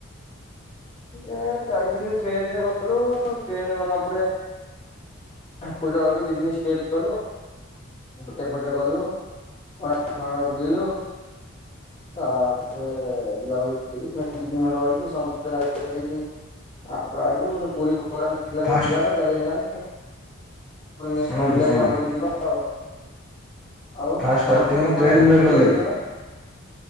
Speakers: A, on the left; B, in the centre.
A: ଏ ଯାଇଥିଲି ଟ୍ରେନ ରେ ଗଲୁ ଟ୍ରେନ ଗଲା ପରେ ପୂଜା ଘରେ ଦିଦିନ <inaudible> ହୋଟେଲ ଫୁଟେ ଗଲୁ କୋଣାର୍କ ଫଣାର୍କ ବୁଲିଲୁ। ତାପରେ ବୁଲାବୁଲି କରିକି <unintelligible> ରହିକି ସମସ୍ତେ <unintelligible> ଆଉ ରହିଲୁ ପୁରୀ <unintelligible>
B: ଫାଷ୍ଟ
A: ଯିବାର ଯାଇ ହେଲାନି। ପୁଣି ନେଷ୍ଟ
B: ଶୁଣନ୍ତୁ
A: ଜୁଲାଇରେ
B: ଶୁଣନ୍ତୁ
A: ଆମ ଦିଦି ବାହାହବ। ଆଉ
B: ଫାଷ୍ଟ ଷ୍ଟାର୍ଟିଂ
A: ତମର ତମ
B: ଟ୍ରେନରେ
A: ଫ୍ୟାମିଲି ରେ ପୁରୀ
B: ଗଲେ
A: ଯାଉଚ କେବେ?